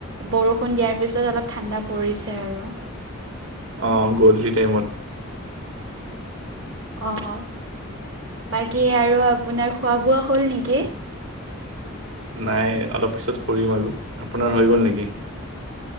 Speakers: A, on the right; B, on the right.
A: বৰষুণ দিয়াৰ পিছত অলপ ঠাণ্ডা পৰিছে আৰু
B: <inaudible> অ', গধূলি টাইমত।
A: অ', বাকী আৰু আপোনাৰ খোৱা-বোৱা হল নেকি?
B: নাই অলপ পিছত কৰিম আৰু আপোনাৰ হৈ গ'ল নেকি?